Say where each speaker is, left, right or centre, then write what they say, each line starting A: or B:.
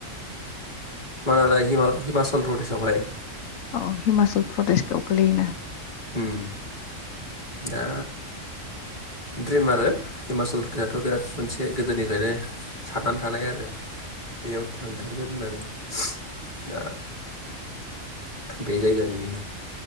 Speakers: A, on the left; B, on the left.
A: मानालिया हिमा हिमाचल प्रदेशआवहाय
B: औ हिमाचल प्रदेशआव गोग्लैयोना
A: उम दा द्रिम आरो हिमाचल प्रदेसथ' बिराद मोनसे गोदोनिफ्रायनो साननानै थानाय आरो बेयाव थांथारगोन
B: औ औ
A: होननानै दा बे जायगानि